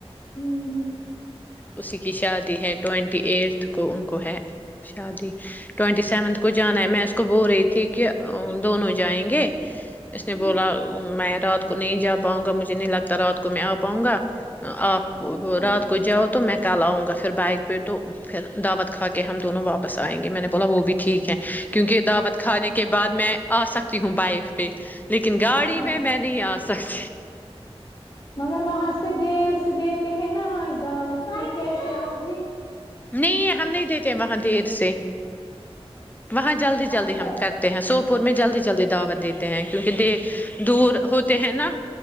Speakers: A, on the left; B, on the left.
A: ہوں
B: اسی کی شادی ہے ٹوینٹی ایٹتھ کو ان کو ہے شادی ٹینٹی سیونتھ کو جانا ہے میں اس کو بول رہی تھی کہ دونوں جائیں گے اس
A: ہوں،
B: نے بولا میں رات کو نہیں جا پاؤں گا مجھے نہیں لگتا رات کو میں آ پاؤں گا آپ
A: اچھا
B: رات کو جاؤ تو میں کل آؤں گا پھر بائک پہ تو پھر دعوت کھا کے ہم دونوں واپس آئیں گے میں نے بولا وہ بھی ٹھیک ہے کیونکہ دعوت کھانے کے بعد میں آ سکتی ہوں بائک پہ لیکن گاڑی
A: ہاں
B: میں میں نہیں آ س سک
A: مگر وہاں سے دی دیتے ہیں نا آج دعوت کی کیسے ہوگی
B: نہیں ہم نہیں دیتے وہاں دیر سے وہاں جلدی جلدی
A: اچھا
B: ہم کرتے ہیں سوپور میں جلدی جلدی دعوت دیتے ہیں کیونکہ د دور ہوتے ہیں نا